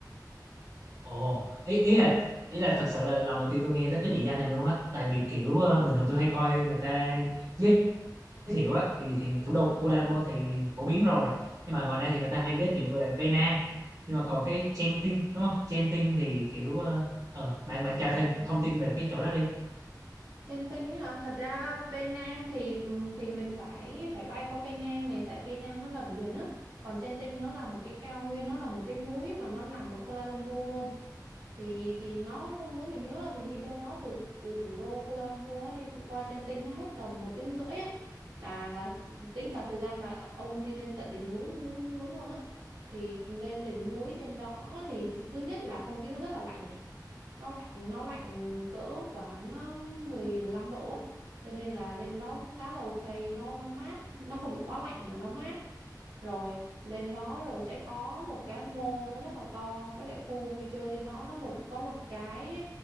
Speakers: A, on the right; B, on the right.
A: Ồ, ý ý là ý là thật sự là lần đầu tiên tôi nghe tới cái địa danh này luôn á, tại vì kiểu ờ, bình thường tôi hay coi người ta giới thiệu á thì thì thủ đô Kuala Lumpur thì phổ biến rồi. Nhưng mà ngoài ra thì người ta hay giới thiệu về Penang, nhưng mà còn cái Genting đúng không? Genting thì kiểu ờ ờ, bạn bạn tra thêm thông tin về cái chỗ đó đi.
B: Genting hả thật ra Penang thì thì mình phải phải bay qua Penang này tại Penang nó là biển á còn Genting nó là một cái cao nguyên nó là một cái núi mà nó nằm ở Kuala Lumpur luôn thì thì nó hôm bữa mình nhớ là mình đi đâu đó từ từ thủ đô Kuala Lumpur á, đi qua Genting nó hết tầm một tiếng rưỡi á là là tính cả thời gian mà ông đi lên tận đỉnh núi núi núi luôn á thì lên đỉnh núi trên đó thì th- thứ nhất là không khí nó rất là lạnh này nó lạnh nó lạnh cỡ khoảng um, mười 15 độ á cho nên là lên đó khá là ok nó nó mát nó không bị quá lạnh mà nó mát rồi lên đó rồi sẽ có một cái mall nó rất là to với lại khu vui chơi trên đó nó một có một cái